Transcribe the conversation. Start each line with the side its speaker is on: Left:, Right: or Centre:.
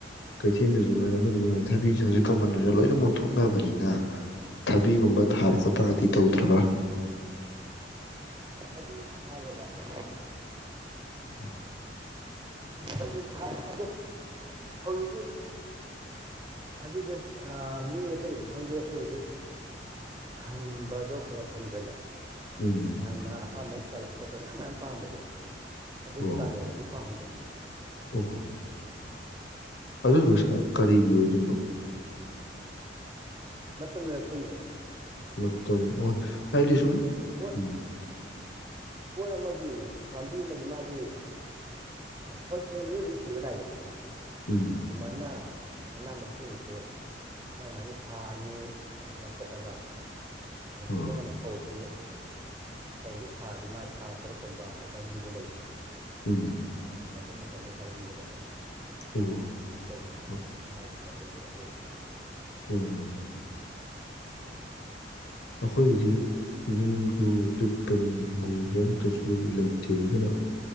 Left: ꯀꯩꯊꯦꯜꯗ ꯉꯥꯏꯔꯦ ꯅꯨꯡꯉꯥꯏꯔꯦ ꯊꯥꯕꯤꯁꯦ ꯍꯧꯖꯤꯛ ꯀꯃꯟ ꯑꯣꯏꯅ ꯂꯣꯏꯅꯃꯛ ꯊꯣꯛꯅꯕꯅꯤꯅ ꯊꯕꯤꯒꯨꯝꯕ
Right: ꯎꯝ ꯎꯝ
Left: ꯊꯥꯕ ꯈꯣꯠꯄꯒꯗꯤ ꯇꯧꯗꯔ꯭ ꯕ
Right: ꯊꯕꯤ ꯊꯥꯏꯌꯦꯕ ꯅꯣꯏꯒꯤ
Left: ꯑ
Right: ꯑꯗꯨꯗꯤ ꯊꯥꯏ ꯑꯗꯣ ꯍꯧꯖꯤꯛꯁꯤ ꯊꯕꯤꯁꯦ ꯃꯤ ꯑꯇꯩꯒꯤꯗꯤ ꯈꯪꯗꯦ ꯑꯩꯈꯣꯏꯒꯤꯗꯤ ꯈꯝꯕꯗꯣ ꯈꯔ ꯈꯔ ꯈꯝꯖꯤꯜꯂꯦ
Left: ꯎꯝ
Right: ꯍꯅ ꯑꯍꯥꯃ ꯄꯂꯛ ꯃꯇꯝ ꯃꯌꯥꯝ ꯃꯌꯥꯝ ꯄꯥꯝꯕꯗꯣ ꯑꯗꯨꯒꯤ
Left: ꯑꯣ
Right: ꯆꯥꯡ ꯌꯧꯅꯗꯤ ꯄꯥꯝꯗ꯭ꯔꯦ
Left: ꯑꯣ ꯑꯗꯨꯗꯣ ꯁꯥꯔ ꯀꯔꯤꯒꯤ ꯑꯣꯏꯗꯣꯏꯅꯣ
Right: ꯃꯇꯝꯅꯣꯏ ꯄꯨꯅꯤ
Left: ꯃꯇꯝ ꯑꯣ ꯑꯩꯗꯤ ꯁꯨꯝ
Right: ꯄꯣꯠ
Left: ꯎꯝ
Right: ꯄꯣꯠ ꯑꯃꯒꯤ ꯄꯥꯝꯕꯤ ꯑꯃꯒꯤ ꯃꯥꯒꯤ ꯊꯕ ꯁ ꯃꯤꯑꯣꯏꯕꯕꯁꯤ ꯁꯤꯕ ꯅꯥꯏꯗꯅ
Left: ꯎꯝ
Right: ꯑꯗꯨꯃꯥꯏꯅ ꯃꯅꯥ ꯃꯁꯤꯡꯁꯨ ꯃꯥꯏ ꯃꯥꯒꯤ ꯊꯥ ꯑꯅꯤ ꯊꯥ ꯑꯍꯨꯝ ꯆꯠꯂꯒ ꯑꯗꯨ
Left: ꯑꯣ
Right: ꯈꯨꯗꯝ ꯑꯣꯏꯅ ꯐꯧꯁꯨ ꯐꯧꯁꯨ ꯊꯥꯗꯤ ꯃꯥꯏ ꯊꯥ ꯇꯔꯨꯛꯀꯨꯝꯕ ꯑꯗꯨ ꯀ ꯃꯨꯟꯖꯜꯂꯛꯏꯗꯅ
Left: ꯎꯝ
Right: ꯊꯥ ꯑꯍꯨꯝ ꯃꯈꯩ ꯃꯩꯔꯤꯈꯥꯏꯗ ꯃꯨꯟꯖꯂꯩꯗꯅ
Left: ꯑꯣ
Right: ꯁꯨꯃꯥꯏꯅ ꯇꯧꯗꯅ
Left: ꯍꯣꯏ
Right: ꯃꯥꯏꯁꯨ ꯃꯠ ꯇꯨꯝꯅꯔꯛꯄꯣꯏꯅꯤ
Left: ꯑꯣ ꯑꯩꯈꯣꯏꯒꯤꯗꯤ ꯌꯨꯝꯁꯨ ꯄꯤꯛꯄꯅꯤꯅꯦ ꯍꯤꯡꯒꯣꯜꯁꯨ ꯑꯝꯇꯁꯨ ꯂꯩꯇꯦ ꯑꯗꯨꯅ